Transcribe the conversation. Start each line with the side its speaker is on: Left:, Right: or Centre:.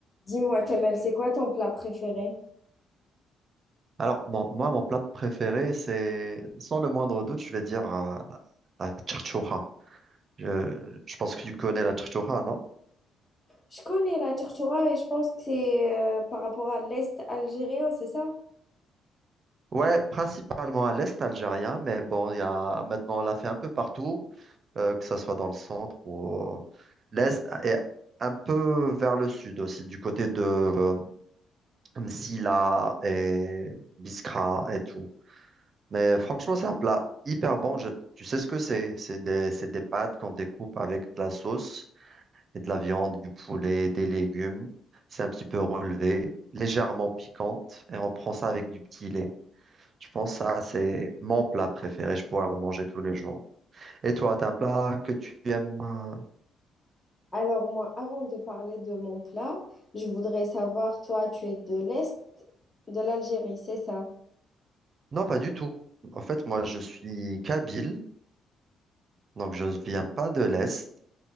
Left: Dis-moi, Kamel, c'est quoi ton plat préféré?
Right: Alors, mon- moi, mon plat préféré, c'est, sans le moindre doute, je vais dire euh, la la tchatchoura. Je, je pense que tu connais la tchatchoura, non?
Left: Je connais la tortura et je pense que c'est euh, par rapport à l'Est algérien, c'est ça?
Right: Ouais, principalement à l'est algérien, mais bon, il y a, maintenant, on l'a fait un peu partout, euh, que ce soit dans le centre ou au- l'est, et un peu vers le sud aussi, du côté de euh, Msila et Biskra et tout. Mais franchement, c'est un plat hyper bon. Je- tu sais ce que c'est? C'est des, c'est des pâtes qu'on découpe avec de la sauce. et de la viande, du poulet, des légumes. C'est un petit peu relevé, légèrement piquante, et on prend ça avec du petit lait. Je pense que ça, c'est mon plat préféré. Je pourrais en manger tous les jours. Et toi, t'as un plat que tu aimes? euh,
Left: Alors moi, avant de parler de mon plat, je voudrais savoir, toi, tu es de l'Est de l'Algérie, c'est ça?
Right: Non, pas du tout. En fait, moi, je suis kabyle, donc je ne viens pas de l'Est.